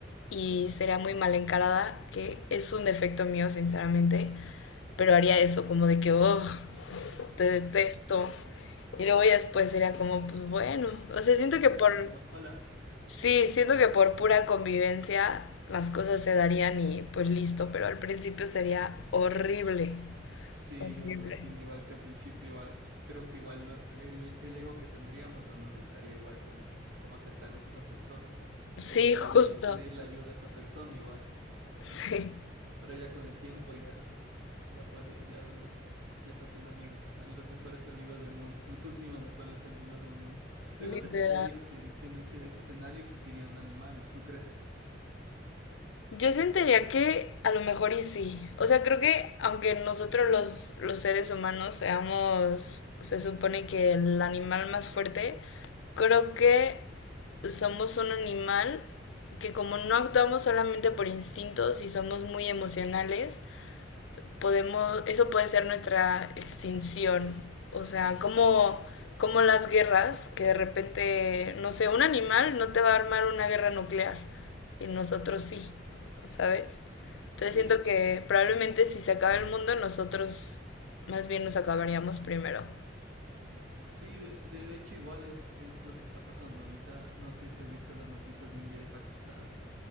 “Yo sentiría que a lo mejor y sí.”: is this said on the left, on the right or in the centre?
Left